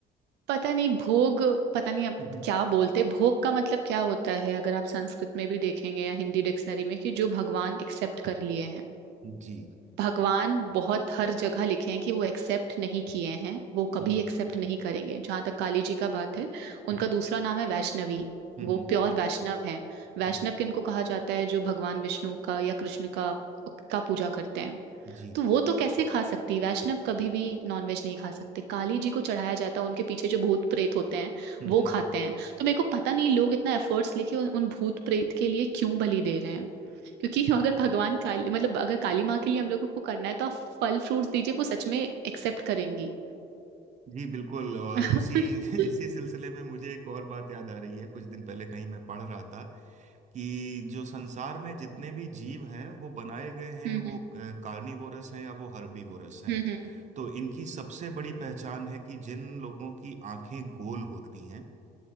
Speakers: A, on the right; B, on the right.
A: पता नहीं भोग पता नहीं आप
B: हम्म,
A: क्या बोलते भोग का मतलब क्या होता है अगर आप संस्कृत में भी देखेंगे या हिंदी डिक्शनरी में कि जो भगवान एक्सेप्ट कर लिए हैं
B: जी
A: भगवान बहुत हर जगह लिखे हैं कि वो एक्सेप्ट नहीं किए हैं वो कभी
B: हम्म
A: एक्सेप्ट नहीं करेंगे जहां तक काली जी का बात है
B: हम्म
A: उनका दूसरा नाम है वैष्णवी
B: हम्म
A: वो
B: हम्म,
A: प्योर वैष्णव है वैष्णव
B: हम्म,
A: किनको कहा जाता है जो भगवान विष्णु का या कृष्ण का का पूजा करते हैं
B: जी
A: तो वो तो कैसे खा सकती वैष्णव कभी भी नॉनवेज नहीं खा सकते काली जी को चढ़ाया जाता है उनके पीछे जो भूत प्रेत होते हैं
B: हम्म
A: वो खाते हैं तो मेरे को पता नहीं लोग इतना एफर्ट्स लेके उन, उन भूत प्रेत के लिए क्यों बलि दे रहे हैं क्योंकि <laughs> अगर भगवान काली मतलब अगर काली माँ के लिए हम लोगों को करना है तो आप फल फ्रूट्स दीजिए वो सच में एक्सेप्ट करेंगी
B: जी बिल्कुल और इसी
A: <laughs>
B: <laughs> इसी सिलसिले में मुझे एक और बात याद आ रही है कुछ दिन पहले कहीं मैं पढ़ रहा था कि जो संसार में जितने भी जीव हैं वो बनाए गए हैं
A: हम्म
B: वो कार्निवोरस हैं या वो हर्बीवोरस हैं
A: हम्म हम्म
B: तो इनकी सबसे बड़ी पहचान है कि जिन लोगों की आंखें गोल होती हैं